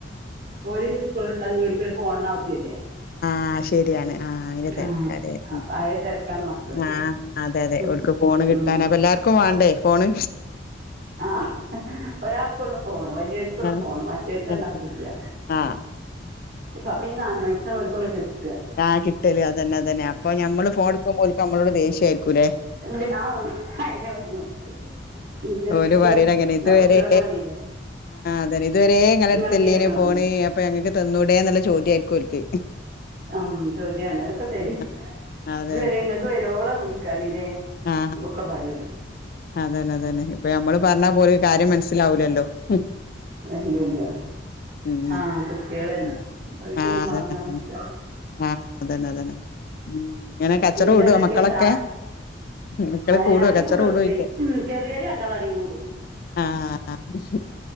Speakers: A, on the right; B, on the left.
A: ഓല് സ്കൂള് വിട്ട് അഞ്ച് മണിക്ക് <unintelligible> ഫോൺനാവശ്യല്ലേ
B: ആ ശരിയാണ് ആഹ് അയിന്റെ തെരക്കാല്ലേ
A: ആ അപ്
B: ഉം
A: അയേ തെരക്കാണ് മക്കക്ക്
B: ആഹ് അതെ അതെ
A: ഉം
B: ഓൽക്ക് ഫോണ് കിട്ടാന്
A: ഉം
B: അപ്പൊ എല്ലാർക്കും വാണ്ടേ ഫോണ്
A: ആ ഒരാൾക്കൊള്ളു ഫോണ് വല്ല്യൊർക്കൊള്ളു
B: ആഹ്
A: ഫോണ് മറ്റോർക്ക് രണ്ടാൾക്കും
B: ആഹ്
A: ഇല്ല്യ,
B: ആഹ്
A: അപ്പൊ ഈ നാല് മണിക്കാണ് ഓൽക്കൊന്ന് <unintelligible>
B: ആ കിട്ട് ട്ടല് അതന്നെ അതന്നെ അപ്പോ ഞമ്മള് ഫോൺ എടുക്കുമ്പോ ഓൽക്ക് ഞമ്മളോട് ദേഷ്യാരി ക്കൂലെ
A: ഇത് ആ അതിനിളകും പിന്നെന്തൊക്കെ
B: ഓര് പറിയിലങ്ങനെയാ
A: നിങ്ങളെ
B: ഇത്
A: കുട്ടികളൊക്കെ
B: വരേ
A: വന്നില്ലേ
B: ആ അതെന്നെ ഇതുവരേ ഇങ്ങളെ
A: നിങ്ങൾക്കായിരുന്നു
B: അടുത്തല്ലേനോ ഫോണ് അപ്പൊ ഞങ്ങക്ക് തന്നൂടെന്നിള്ള <unintelligible> ചോദ്യായ്ക്കൊ ക്ക്
A: ഉം ചോദ്യമാണ് അതൊക്കെ ശരി
B: ആഹ് അതെ
A: ഇതുവരെ
B: തെ
A: നിങ്ങൾക്ക് വരുവോളം വിളിക്കാഞ്ഞില്ലേ
B: ആ
A: ഒക്കെ പറയല്
B: ആ അതന്നെ അതന്നെ ഇപ്പൊ ഞമ്മള് പർഞ്ഞാ പോലും കാര്യം മൻസ്സിലാവൂല <unintelligible>
A: ഇല്യ ഇല്യ
B: ഉം
A: ആഹ് കുട്ട്യളല്ലേ
B: ഉം
A: ഓൽക്കൊന്നും
B: ആ അതന്നെ
A: പറഞ്ഞാ
B: അതന്നെ
A: മൻസ്സിലാവില്ല
B: ആ അതന്നെ അതന്നെ ഉം ങ്ങനെ കച്ചറ
A: പിന്നെന്തൊക്കെ
B: കൂടൊ മക്കളൊക്കെ
A: ചായ കുടി
B: മക്കള്
A: ഏ
B: കൂടൊ
A: അടി
B: കച്ചറ
A: കൂടുവൊക്കെ
B: കൂടോയ്ക്കാ
A: ചെയ്യും ഉം ചെറിയവർ രണ്ടാളും അടി കൂടും
B: ആഹ്